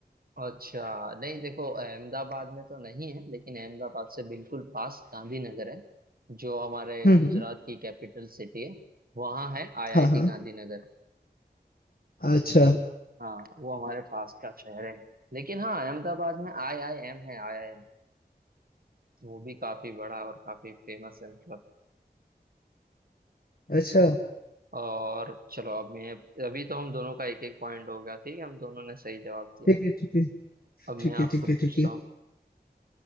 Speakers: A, on the right (about 60°); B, on the left (about 60°).
A: अच्छा नहीं देखो अहमदाबाद में तो नहीं है लेकिन अहमदाबाद से बिल्कुल पास गांधीनगर है जो हमारे
B: हम्म
A: गुजरात
B: हम्म,
A: की कैपिटल सिटी है वहाँ है आईआईटी
B: हाँ हाँ
A: गांधीनगर
B: अच्छा
A: हाँ वो हमारे पास का शहर है लेकिन हाँ अहमदाबाद में आई आई एम है आई आई एम वो भी काफी बड़ा और काफी फेमस है मतलब
B: अच्छा
A: और चलो अब मैं अभी तो हम दोनों का एक एक पॉइंट हो गया ठीक है हम दोनों ने सही जवाब दिया
B: ठीक है ठीक है
A: अब
B: ठीक
A: मैं आपको
B: है ठीक है
A: पूछता
B: ठीक है
A: हूँ